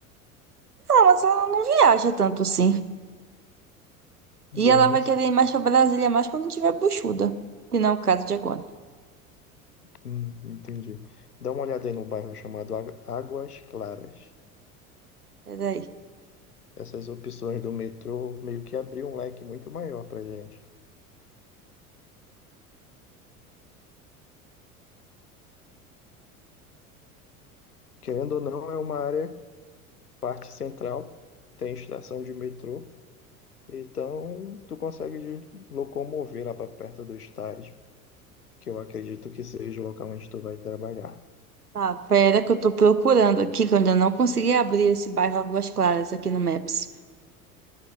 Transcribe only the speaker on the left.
Bom,
não
sei.
Hum, entendi. Dá uma olhada aí no bairro chamado Águ- Águas Claras.
essas opções do metrô meio que abriu um leque muito maior para gente. Querendo ou não, é uma área, parte central, tem estação de metrô, então tu consegue de- locomover lá para perto do estádio, que eu acredito que seja o local onde tu vai trabalhar.